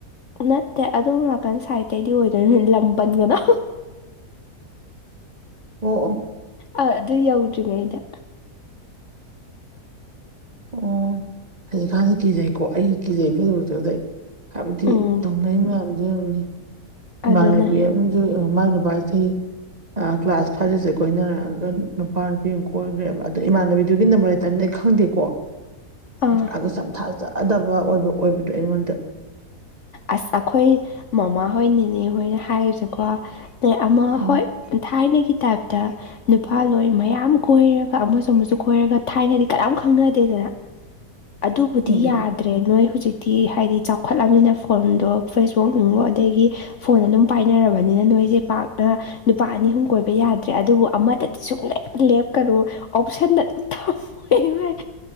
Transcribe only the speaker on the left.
ꯅꯠꯇꯦ ꯑꯗꯣꯝ ꯅꯥꯀꯟ ꯁꯥꯏꯗꯇꯩꯩꯗꯤ ꯑꯣꯏꯗꯣꯏꯅꯦ ꯂꯝꯕꯟꯒꯅꯣ
ꯑꯥ ꯑꯗꯨ ꯌꯧꯗ꯭ꯔꯤꯉ ꯑꯩꯗ
ꯎꯝ
ꯑꯗꯨꯅꯦ
ꯑꯥ
ꯑꯁ ꯑꯩꯈꯣꯏ ꯃꯃꯥꯍꯣꯏ ꯅꯦꯅꯦꯍꯣꯏꯅ ꯍꯥꯏꯔꯤꯁꯦꯀꯣ ꯑ ꯑꯃ
ꯍꯣꯏ ꯊꯥꯏꯅꯒꯤ ꯇꯥꯏꯞꯇ ꯅꯨꯄꯥ ꯂꯣꯏ ꯃꯌꯥꯝ ꯀꯣꯏꯔꯒ ꯑꯃꯁꯨ ꯑꯃꯁꯨ ꯀꯣꯏꯔꯒ ꯊꯥꯏꯅꯗꯤ ꯀꯅꯥꯝ ꯈꯪꯅꯗꯦꯗꯅ ꯑꯗꯨꯕꯨꯗꯤ
ꯌꯥꯗ꯭ꯔꯦ
ꯅꯣꯏ ꯍꯧꯖꯤꯛꯇꯤ ꯍꯥꯏꯗꯤ ꯆꯥꯎ ꯈꯣꯠꯂꯕꯅꯤꯅ ꯐꯣꯟꯗꯣ ꯐꯦꯁꯕꯨꯛ ꯕꯨ ꯑꯗꯒꯤ ꯐꯣꯟꯗ ꯑꯗꯨꯝ ꯄꯥꯏꯅꯔꯕꯅꯤꯅ ꯅꯣꯏꯁꯦ ꯄꯥꯛꯅ ꯅꯨꯄꯥ ꯑꯅꯤ ꯑꯍꯨꯝ ꯀꯣꯏꯕ ꯌꯥꯗ꯭ꯔꯦ ꯑꯗꯨꯕꯨ ꯑꯃꯗꯗꯤ ꯁꯨꯡꯂꯦꯞ ꯂꯦꯞꯀꯅꯨ ꯑꯣꯞꯁꯟꯅ ꯑꯗꯨꯝ ꯊ ꯍꯣꯏꯣꯏ